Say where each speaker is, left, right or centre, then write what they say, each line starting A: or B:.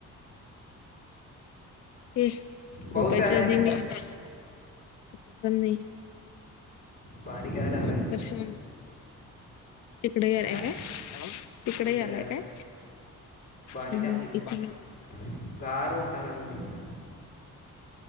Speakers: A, on the left (about 40°); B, on the left (about 70°).
A: ये,
B: पाऊस
A: झोपायच्या
B: यायला
A: आधी
B: काय
A: मी <unintelligible> पण नई.
B: बारीक यायला लागला
A: आता
B: इकडं
A: <unintelligible> तिकडे गेलाय
B: हां
A: काय? तिकड गेलाय
B: इकडे यायला
A: काय?
B: बारीक
A: हम्म
B: आहे
A: हम्म
B: एकदम
A: इकड.
B: गार वाटाल लगेच.